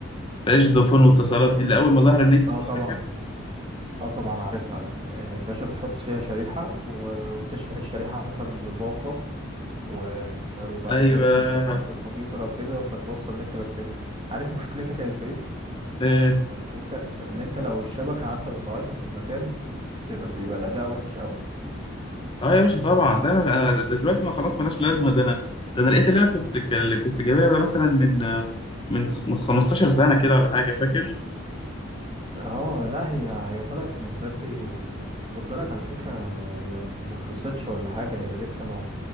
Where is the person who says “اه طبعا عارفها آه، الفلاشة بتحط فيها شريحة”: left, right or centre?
Right